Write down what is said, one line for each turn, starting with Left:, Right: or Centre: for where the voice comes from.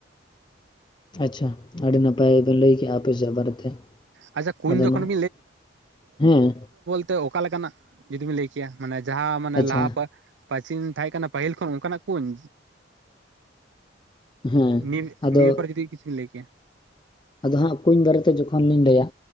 Left: ᱟᱪᱪᱷᱟ ᱟᱹᱰᱤ ᱱᱟᱯ ᱱᱟᱯᱟᱭ ᱵᱮᱱ ᱞᱟᱹᱭ ᱠᱮᱜᱼᱟ ᱟᱯᱮ ᱥᱮᱭᱟᱜ ᱵᱟᱨᱮ ᱛᱮ <inaudible>
Right: ᱟᱪᱪᱷᱟ ᱠᱩᱧ
Left: ᱟᱫᱚ
Right: ᱡᱚᱠᱷᱚᱱ
Left: ᱱᱚᱸᱜ <inaudible> ᱦᱮᱸ ᱾
Right: ᱛᱮ ᱚᱠᱟ ᱞᱮᱠᱟᱱᱟᱜ ᱡᱩᱫᱤ ᱵᱤᱱ ᱞᱟᱹᱭ ᱠᱮᱭᱟ, ᱢᱟᱱᱮ ᱡᱟᱦᱟᱸ ᱢᱟᱱᱮ
Left: ᱟᱪᱪᱷᱟ
Right: ᱞᱟᱦᱟ <unintelligible> <unintelligible> ᱛᱟᱦᱮᱸ ᱠᱟᱱᱟ ᱯᱟᱹᱦᱤᱞ ᱠᱷᱚᱱ ᱚᱱᱠᱟᱱᱟᱜ ᱠᱩᱧ?
Left: ᱦᱮᱸ
Right: ᱱᱤ
Left: ᱟᱫᱚ
Right: ᱱᱤᱭᱟᱹ ᱯᱚᱨᱮ ᱡᱩᱫᱤ ᱠᱤᱪᱷᱩᱧ ᱞᱟᱹᱭ ᱠᱮᱭᱟ ᱾
Left: ᱟᱫᱚ ᱦᱟᱸᱜ ᱠᱩᱧ ᱵᱟᱨᱮᱛᱮ ᱡᱚᱠᱷᱚᱱ ᱞᱤᱧ ᱞᱟᱹᱭᱟ